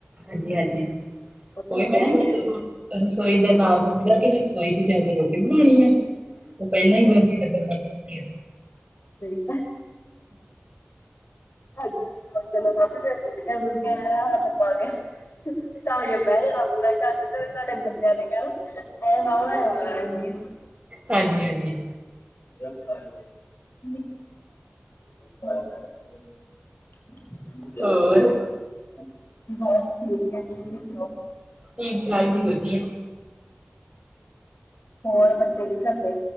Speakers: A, on the right (about 30°); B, on the left (about 65°).
A: ਹਾਂਜੀ ਹਾਂਜੀ
B: ਉੱਥੇ
A: ਕੋਈ
B: ਹੈਗੀਆਂ
A: ਮੈਂ ਨਾ
B: ਵੀ
A: ਜਦੋਂ
B: ਨੇ ਹਮ
A: ਰਸੋਈ ਦੇ <unintelligible> ਮ ਕਿਹਾ ਕਿ ਰਸੋਈ ਚ ਜਾ ਕੇ ਰੋਟੀ ਬਣਾਉਣੀ ਆ ਉਹ ਪਹਿਲਾਂ ਹੀ ਗਰਮੀ ਦਾ <unintelligible>
B: ਸਹੀ ਆ। ਇਦਾਂ ਦੇ ਕੰਮ ਚੱਲ ਜਾ <unintelligible> <unintelligible> <unintelligible>
A: ਹਾਂਜੀ ਹਾਂਜੀ।
B: <unintelligible> <unintelligible>
A: ਹੋਰ
B: ਬਸ ਠੀਕ ਹੈ ਜੀ ਤੁਸੀਂ ਸੁਣਾਓ।
A: ਠੀਕ ਤਾਈ ਜੀ ਵਧੀਆ।
B: ਹੋਰ ਬੱਚੇ ਕੀ ਕਰਦੇ।